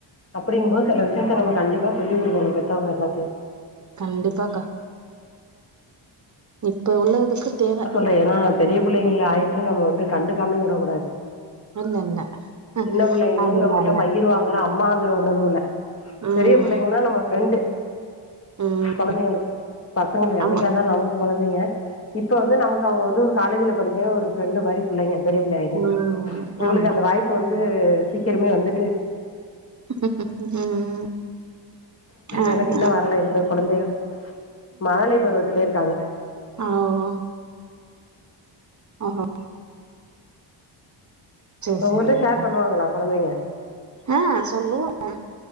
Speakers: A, on the left; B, on the right.
A: அப்டிங்கும்போ சில விஷயத்த நம்ம கண்டிப்பா சொல்லி கொடுக்கணு பெத்தவங்க பாத்து
B: கண்டிப்பா கா இப்ப உள்ள இதுக்கு தேவ
A: இப்ப ஏனா பெரிய பிள்ளைங்கள் ஆயிச்சன்னு நம்ம வந்து கண்டுக்காம விடக்கூடாது
B: இல்ல இல்ல அ
A: சின்ன புள்ளைங்களு
B: அதுனால
A: நம்மள்ட்ட பகிற்வாங்க அம்மாங்குற உணர்வுல
B: ம்
A: பெரிய புள்ளைங்கள்ன்னா நம்ம ஃப்ரெண்டு
B: ம்
A: கொழந்தைங்களுக்கு பசங்களுக்கு என்னைக்கா
B: ஆமா
A: இருந்தாலு நமக்கு கொழந்தைங்க இப்ப வந்து நமக்கு அவங்க வந்து ஒரு காலேஜ்ல படிக்க ஒரு ஃப்ரெண்டு் மாரி பிள்ளைங்க பெரிய பிள்ள ஆயிருத்துங்கன்னா
B: ம்
A: உங்களுக்கு
B: ஆமா
A: அந்த வாய்ப்பு வந்து சீக்கிரமே வந்துட்டு
B: ம் ஆமா
A: எனக்கு இன்னு வர்ல எந்த கொழந்தைகள் மழழை பருவத்துலயே இருக்காங்க
B: ஆவா ஆஹா சரி
A: இப்ப
B: சரிக்கா
A: உங்கள்ட ஷேர் பண்ணுவாங்களா கொழந்தைங்க
B: ஆ சொல்லுவாங்க